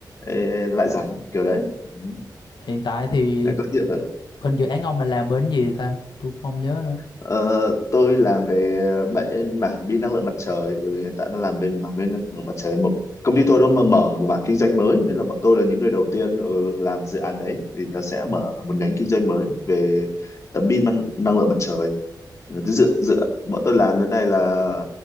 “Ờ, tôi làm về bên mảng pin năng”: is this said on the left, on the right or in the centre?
Left